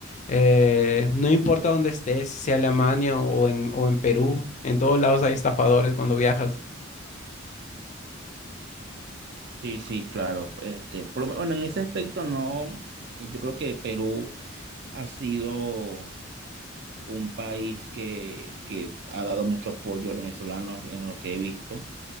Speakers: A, on the left; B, on the right.
A: Eh, no importa dónde estés, sea Alemania o en, o en Perú, en todos lados hay estafadores cuando viajas.
B: Sí, sí, claro. Este, por lo menos, bueno, en ese aspecto no, eh, yo creo que Perú ha sido un país que, que ha dado mucho apoyo al venezolano en lo que he visto,